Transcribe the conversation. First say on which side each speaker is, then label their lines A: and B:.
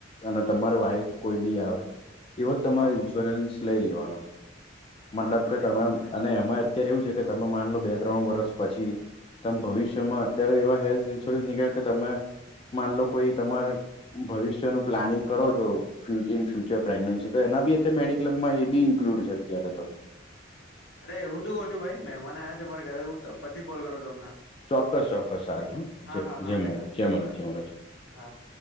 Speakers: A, on the left; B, on the left.
A: અને તમાર વાઈફ કોઈ બી આવે એવ તમાર
B: હ હ
A: ઇન્સ્યોરન્સ લઈ લેવાનો મતલબ
B: વાંધો
A: કે
B: નહી
A: તમે
B: વાંધો નહી
A: અને
B: ભાઈ
A: એમાં અત્યારે એવું છે કે તમે માન લો બે ત્રણ વર્ષ પછી ત ભવિષ્યમાં અત્યારે એવા હેલ્થ ઇન્સ્યોરન્સ નીકળ્યા કે તમે માન લો કોઈ તમાર ભવિષ્ય નું પ્લાનિંગ કરો છો ્ય ઇન ફ્યુચર પ્રેગ્નેન્સી તો એના બી અ મેડિક કલબમાં એ બી ઇન્ક્લુડ છે અત્યારે તો
B: અરે હું શું કઉ છું ભાઈ મહેમાન આયા છે મારે ઘરે પી કોલ કરું તમને
A: ચોક્કસ ચોક્કસ સારું
B: હા
A: હ
B: હા
A: મરેજ
B: હા
A: જે
B: ભાઈ હા
A: મરેજ
B: હા
A: જેમરેજ
B: હા